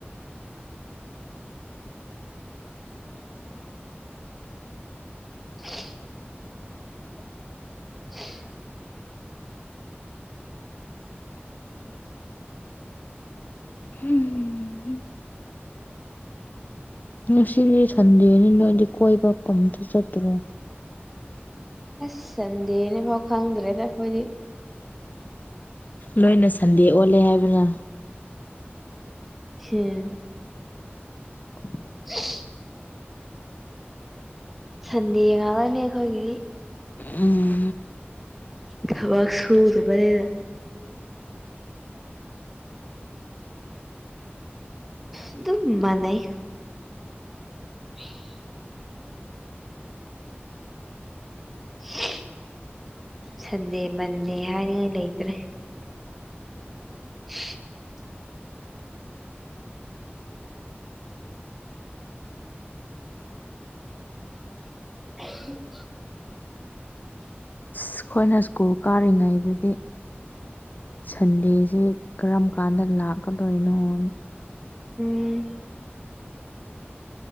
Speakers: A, on the left (about 45°); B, in the centre.
A: <unintelligible>
B: <inaudible>
A: <inaudible>
B: <unintelligible>
A: ꯍꯨꯝ ꯍꯨꯝ ꯉꯁꯤꯗꯤ ꯁꯟꯗꯦꯅꯤ ꯅꯣꯏꯗꯤ ꯀꯣꯏꯕ ꯀꯨꯝ ꯇ ꯆꯠꯇ꯭ꯔꯣ
B: ꯑꯁ ꯁꯟꯗꯦꯅꯦꯐꯥꯎ ꯈꯪꯗ꯭ꯔꯦꯗ ꯑꯩꯈꯣꯏꯗꯤ
A: ꯂꯣꯏꯅ ꯁꯟꯗꯦ ꯑꯣꯜꯂꯦ ꯍꯥꯏꯕꯅ
B: <unintelligible>
A: <inaudible>
B: <unintelligible> ꯁꯟꯗꯦ ꯌꯦꯉꯛꯑꯅꯤ ꯑꯩꯈꯣꯏꯒꯤꯗꯤ
A: ꯎꯝ
B: ꯊꯕꯥꯛ ꯁꯨꯗꯕꯅꯤꯅ ꯑꯗꯨꯝ ꯃꯥꯟꯅꯩ <inaudible> <unintelligible> ꯁꯟꯗꯦ ꯃꯟꯗꯦ ꯍꯥꯏꯅꯤꯉꯥꯏ ꯂꯩꯇ꯭ꯔꯦ <inaudible> <inaudible>
A: ꯁ ꯈꯣꯏꯅ ꯁ꯭ꯀꯨꯜ ꯀꯥꯔꯤꯉꯩꯗꯗꯤ ꯁꯟꯗꯦꯁꯤ ꯀꯔꯝ ꯀꯥꯟꯗ ꯂꯥꯛꯀꯗꯣꯏꯅꯣꯅ
B: ꯎꯝ